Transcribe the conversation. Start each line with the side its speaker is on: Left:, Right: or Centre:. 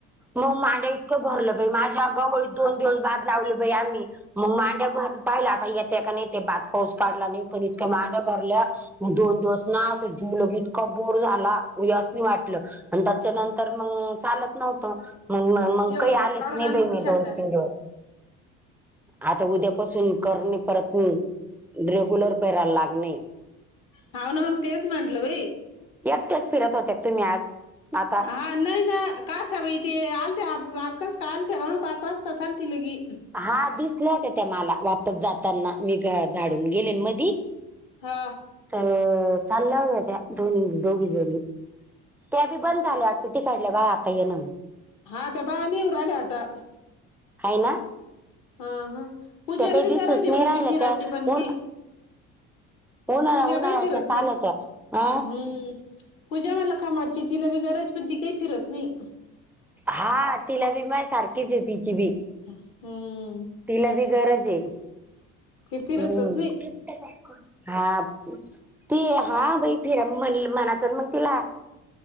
Centre: मग माड्या इतकं भरलं बाई माझ्या गवळीत दोन दिवस बाद लावले बाई आम्ही मग मांड्या भर पाहिला आता येत का नाही ते बात पाऊस काढला नाही पण इतक्या मांड्या भरल्या मग दोन दिवस ना अस जीवलं इतका बोर झाला असं नाही वाटलं आणि त्याच्या नंतर मग चालत नव्ह ग मग
Left: एवढेच
Centre: काही आलेच
Left: काढून
Centre: नाही
Left: आणते
Centre: ब मी
Left: शेंगदाण्याचे.
Centre: दोन तीन दिवस आता उद्यापासून करणे परत नाही रेगुलर पेरायला लागणे
Left: हा ना मग तेच म्हांटलं भाई
Centre: एकटेच फिरत होते तुम्ही आज आता
Left: हां नाही नाही काश बा इ तेे आलते आज आजकास काय आलते म्हणून पाच वाजता आल त लगी
Centre: हा दिसला होत त्या मला वापस जाताना मी झाडून गेले मधी
Left: हा
Centre: तर चाललं त्या दोन् दोघी जरी त्या बी बंद झाल्या वाटते ती काडल्या बा आता ये न
Left: हा ते बा नीवर आल्या आता
Centre: ह ना
Left: हा हा पूज्याला
Centre: त्या काही
Left: बी
Centre: दिसूच
Left: गराज आहे
Centre: नाही
Left: बाई
Centre: राहिल्या
Left: पी फिरायची
Centre: त्या
Left: पण
Centre: उन
Left: ती
Centre: उन्हाळ्या
Left: पूजा
Centre: उन्हाळ्याच्याच
Left: काही फिरत
Centre: आल्या
Left: नाही
Centre: त्या. अ
Left: हम्म तुझ्या मला खाबडची तिला ब गरज पण ती काही फिरत नाही
Centre: हा तिला बी माय सारखीच आहे तिची बी
Left: हम्म
Centre: तिला बी गरज आहे
Left: ती फिरतच
Centre: हम्
Left: नाही.
Centre: हा ते हा बई फिरा म्हण मनाच मग तिला